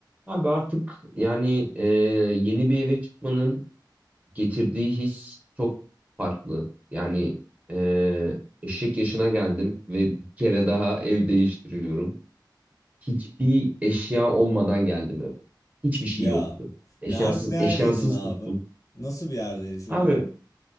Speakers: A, on the right (about 20°); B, on the left (about 45°).
A: Abi artık yani e, yeni bir eve çıkmanın getirdiği his çok farklı. Yani e, eşek yaşına geldim ve bir kere daha ev değiştiriyorum. Hiçbir eşya olmadan geldim eve. Hiçbir şey
B: Ya.
A: yoktu. Eşyasız,
B: Nerede, neredeydin
A: eşyasız
B: abi?
A: tuttum.
B: Nasıl bir yerde yaşıyordun?
A: Abi